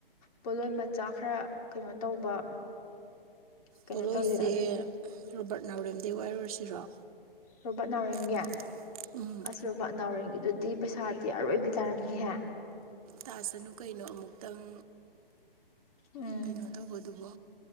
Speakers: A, on the left; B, on the right.
A: ꯄꯣꯠꯂꯣꯟ ꯃꯆꯥ ꯈꯔ ꯀꯩꯅꯣ ꯇꯧꯕ ꯀꯩꯅꯣ
B: ꯄꯣꯠꯂꯣꯏꯁꯦ
A: ꯇꯧꯋꯤꯗꯅ ꯑꯗꯨ
B: ꯔꯣꯕꯥꯔꯠ ꯅꯥꯎꯔꯦꯝꯗꯒꯤꯩ ꯋꯥꯔꯨꯔꯁꯤꯔꯣ
A: ꯔꯣꯕꯥꯔꯠ ꯅꯥꯎꯔꯦꯝꯒꯤ
B: ꯂꯩ ꯎꯝ
A: ꯑꯁ ꯔꯣꯕꯥꯔꯠ ꯅꯥꯎꯔꯦꯝꯒꯤꯗꯨꯗꯤ ꯄꯩꯁꯥꯗꯤ ꯑꯔꯣꯏꯕꯤ ꯇꯥꯔꯝꯅꯤꯍꯦ
B: ꯇꯥꯁꯅꯨ ꯀꯩꯅꯣ ꯑꯃꯨꯛꯇꯪ
A: ꯎꯝ
B: ꯀꯩꯅꯣ ꯇꯧꯕꯗꯨꯕꯨ